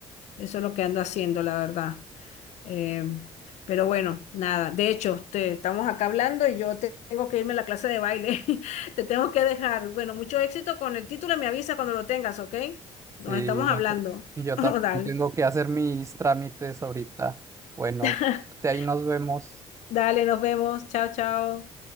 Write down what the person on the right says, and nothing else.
Sí,
yo,
yo
también tengo que hacer mis trámites ahorita. Bueno,
ahí nos vemos.